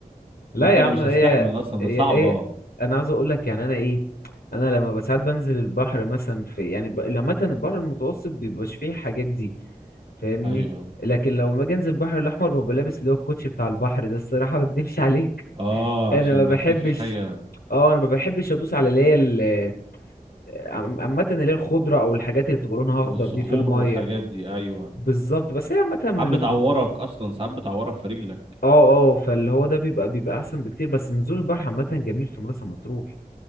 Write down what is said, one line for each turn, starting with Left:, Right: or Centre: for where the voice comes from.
Left: لا
Right: قلت
Left: يا
Right: انا
Left: عم
Right: مش
Left: هي
Right: هستحمل اصلا
Left: هي
Right: ده صعبة
Left: هي انا عاوز اقول لك يعني انا ايه انا لما بساعات بنزل البحر مثلا في يعني ب... لما البحر المتوسط بيبقاش فيه الحاجات دي فاهمني
Right: ايوه
Left: لكن لو ما انزل البحر الاحمر ببقى لابس اللي هو الكوتشي بتاع البحر ده الصراحه ما اكدبش عليك
Right: اه
Left: انا
Right: عشان
Left: ما
Right: ما
Left: بحبش
Right: تخافيش حاجة
Left: اه انا ما بحبش ادوس على اللي هي ال- عم- عامه اللي هي الخضره او الحاجات اللي بتبقى لونها اخضر
Right: والصخور
Left: دي في الميه
Right: والحاجات دي ايوه
Left: بالظبط بس هي عامه من
Right: ساعات
Left: الم...
Right: بتعورك اصلا ساعات بتعورك في رجلك
Left: اه اه فاللي هو ده بيبقى بيبقى احسن بكتير بس نزول البحر عامه جميل في مرسى مطروح